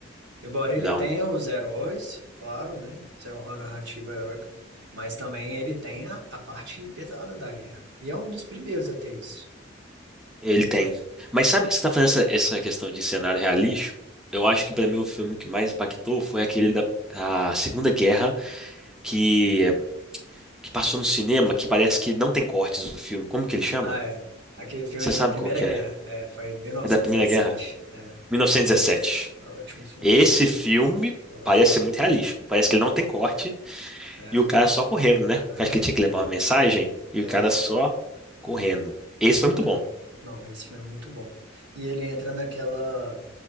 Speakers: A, on the right; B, in the centre.
A: Embora ele
B: Não,
A: tenha os heróis, claro, né? Isso é uma narrativa heróica, mas também ele tem a, a parte pesada da guerra. E é um dos primeiros a ter isso.
B: ele tem. Mas sabe, você tá falando essa, essa questão de cenário realístico? Eu acho que pra mim o filme que mais impactou foi aquele da, da Segunda Guerra que, que passou no cinema, que parece que não tem cortes do filme. Como que ele chama?
A: Ah, é. Aquele filme
B: Você
A: é
B: sabe
A: da Primeira
B: qual que
A: Guerra.
B: é?
A: É, foi 1917.
B: É da Primeira Guerra?
A: É,
B: 1917.
A: 1917. É um Ótimo filme
B: Esse
A: também.
B: filme
A: É um Ótimo
B: parece ser
A: filme.
B: muito realístico. Parece que ele não tem corte
A: É,
B: e o cara só correndo, né?
A: aham.
B: Porque acho que ele tinha que levar uma mensagem e
A: É,
B: o cara só correndo. Esse
A: Exatamente.
B: foi muito bom.
A: Não, esse filme é muito bom. E ele entra naquela,